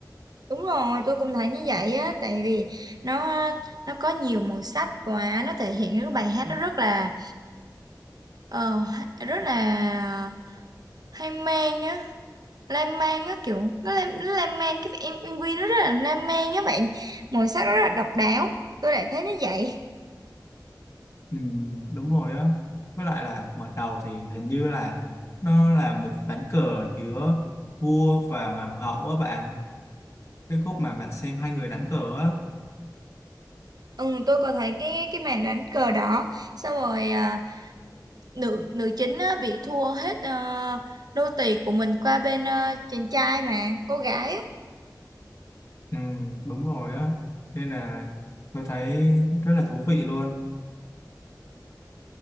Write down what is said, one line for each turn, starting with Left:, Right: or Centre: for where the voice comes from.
Right: Đúng rồi, tôi cũng thấy như vậy á, tại vì nó nó có nhiều màu sắc quá, nó thể hiện cái bài hát nó rất là ờ, rất là hay mang á, lan man á kiểu nó lan, nó lan man cái em- MV nó rất là lan man á bạn, màu sắc nó rất là độc đáo, tôi lại thấy nó vậy.
Left: Ừ, đúng rồi á. Với lại là mở đầu thì hình như là nó là một ván cờ giữa vua và hoàng hậu á bạn cái khúc mà bạn xem hai người đánh cờ á
Right: Ừ, tôi có thấy cái cái màn đánh cờ đó, xong rồi à, nữ nữ chính á, bị thua hết uh, đô tì của mình qua bên à, chàng trai mà, cô gái á.
Left: ừ, đúng rồi á nên là tôi thấy rất là thú vị luôn